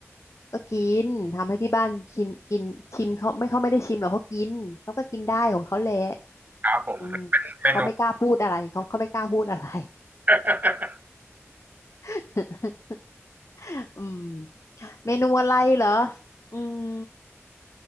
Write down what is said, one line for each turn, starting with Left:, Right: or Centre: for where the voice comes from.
Left: ก็กินทำให้ที่บ้านกินกินชิมเขาไม่เขาไม่ได้ชิมหรอกเขากินเขาก็กินได้ของเขาแหละ
Right: ครับผมเป็นเมนู
Left: อืมเขาไม่กล้าพูดอะไรเขาเขาไม่กล้าพูดอะไร
Right: <laughs>
Left: <laughs> อืมเมนูอะไรเหรออืม